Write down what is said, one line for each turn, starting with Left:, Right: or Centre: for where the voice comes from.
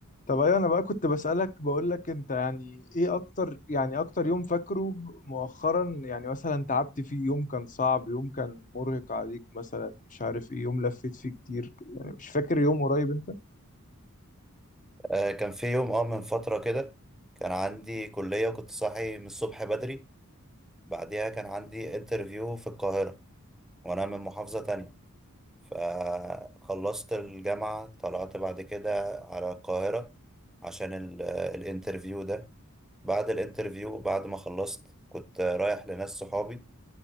Left: طب ايوه انا بقى كنت بسألك بقول لك انت يعني ايه اكتر يعني اكتر يوم فاكره مؤخرا يعني مثلا تعبت فيه يوم كان صعب يوم كان مرهق عليك مثلا مش عارف ايه يوم لفيت فيه كتير يعني مش فاكر يوم قريب انت
Centre: آه، كان في يوم اه من فترة كده كان عندي كلية وكنت صاحي من الصبح بدري بعديها كان عندي انترفيو في القاهرة وأنا من محافظة تانية فخلصت الجامعة طلعت بعد كده على القاهرة عشان ال- الانترفيو ده بعد الانترفيو بعد ما خلصت كنت رايح لناس صحابي